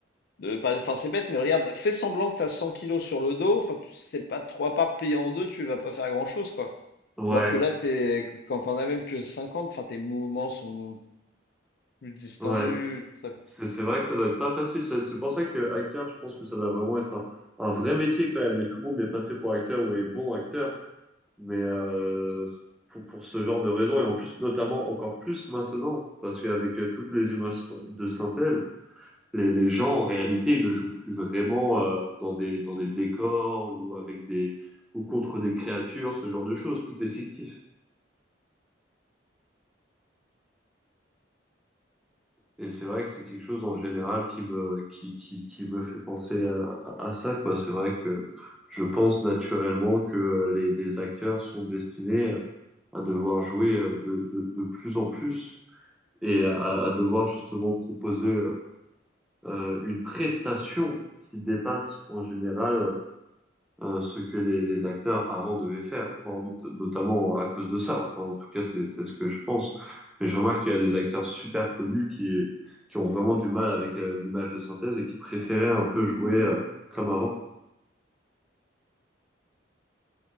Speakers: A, on the left (about 55°); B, in the centre.
A: de, pas- enfin, c'est bête, mais regarde, fais semblant que tu as 100 kilos sur le dos. Enfin, tu sais pas trois parts pliées en deux, tu vas pas faire grand-chose, quoi.
B: Ouais,
A: Alors que là, t'es, quand t'en as même que 50, enfin, tes mouvements sont plus distendus,
B: ouais.
A: tout ça, quoi.
B: C'est c'est vrai que ça doit être pas facile. Ça- C'est pour ça que acteur, je pense que ça doit vraiment être un, un vrai métier quand même. Et tout le monde n'est pas fait pour acteur ou est bon acteur. Mais euh, c'est pour, pour ce genre de raison, et en plus, notamment encore plus maintenant, parce qu'avec euh, toutes les images de synthèse, les, les gens, en réalité, ils ne jouent plus vraiment euh, dans des, dans des décors ou, avec des, ou contre des créatures, ce genre de choses. Tout est fictif. Et c'est vrai que c'est quelque chose en général qui me, qui, qui, qui me fait penser à, à à ça, quoi. C'est vrai que je pense naturellement que les, les acteurs sont destinés à devoir jouer euh, de, de, de plus en plus et à, à devoir justement proposer euh, une prestation qui dépasse en général euh, ce que les, les acteurs avant devaient faire, enfin not- notamment à cause de ça. Enfin, en tout cas, c'est c'est ce que je pense. Mais je remarque qu'il y a des acteurs super connus qui qui ont vraiment du mal avec euh, l'image de synthèse et qui préféraient un peu jouer euh, comme avant.